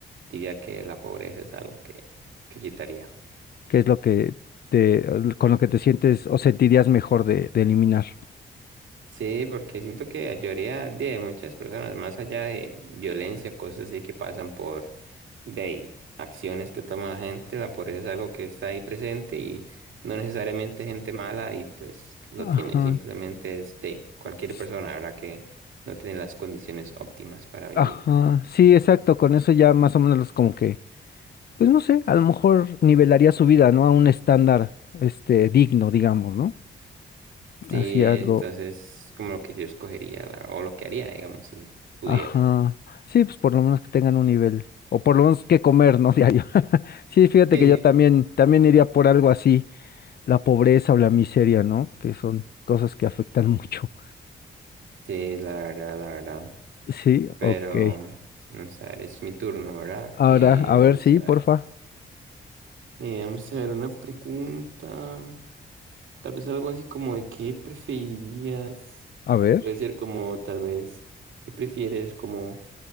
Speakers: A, on the right (about 80°); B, on the left (about 50°).
A: diría que la pobreza es algo que, que quitaría.
B: qué es lo que te, con lo que te sientes o sentirías mejor de, de eliminar.
A: Sí, porque siento que ayudaría de muchas personas, más allá de violencia, cosas así que pasan por de ahí, acciones que toma la gente, la pobreza es algo que está ahí presente y no necesariamente gente mala y pues lo
B: Ajá.
A: tiene, simplemente es de ahí, cualquier
B: s-
A: persona, ¿verdad? Que no tiene las condiciones óptimas para vivir.
B: Ajá. Sí, exacto. Con eso ya más o menos como que, pues no sé, a lo mejor nivelaría su vida, ¿no? A un estándar, este, digno, digamos, ¿no?
A: Sí,
B: Así algo.
A: entonces como lo que yo escogería la- o lo que haría, digamos, si pudiera.
B: Ajá. Sí, pues por lo menos que tengan un nivel. O por lo menos que comer, ¿no? <laughs> Diario. <laughs> Sí, fíjate
A: Sí,
B: que yo
A: sí,
B: también, también iría por algo así, la pobreza o la miseria, ¿no? Que son cosas que afectan <laughs> mucho.
A: sí, la verdad, la verdad.
B: Sí,
A: Pero,
B: ok.
A: mm, vamos a ver, es mi turno, ¿verdad?
B: Ahora,
A: Eh,
B: a ver,
A: vamos
B: sí,
A: a
B: porfa.
A: ver. Eh, vamos a ver una pregunta. Tal vez algo así como de qué preferirías.
B: A ver.
A: Puede ser como tal vez, ¿qué prefieres? Como